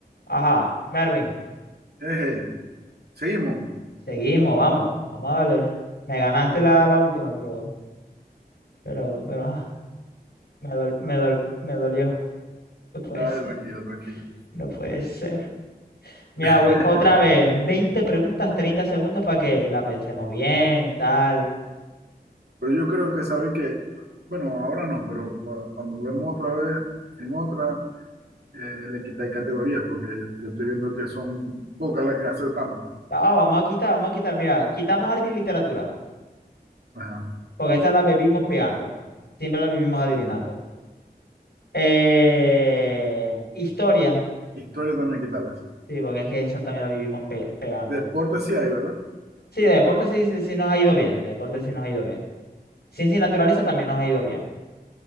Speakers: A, on the left; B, on the right.
A: Ajá, Mervin,
B: Eje, seguimos.
A: seguimos, vamos, vamos a darle. Me ganaste la, la última, pero, pero, pero, ajá, me dol- me dol- me dolió. No puede
B: Dale,
A: ser,
B: tranquilo, tranquilo.
A: no puede ser. Mira,
B: <laughs>
A: güey, otra vez, 20 preguntas, 30 segundos para que la pensemos bien, tal.
B: Pero yo creo que sabéis que, bueno, ahora no, pero cua- cuando juguemos otra vez en otra, eh, le quitáis categorías, porque yo estoy viendo que son pocas las que acertamos.
A: No, vamos a quitar, vamos a quitar. Mira, quitamos arte y literatura,
B: Ajá,
A: porque esa la vivimos pegando. Siempre la vivimos
B: sí.
A: adivinando. Eh, historia,
B: Historia también quitarla, sí.
A: sí, porque es que esa también la vivimos pe- pegando.
B: Deporte sí hay, ¿verdad?
A: Sí, de deporte sí, sí sí nos ha ido bien, de deporte sí nos ha ido bien. Ciencia y naturaleza también nos ha ido bien.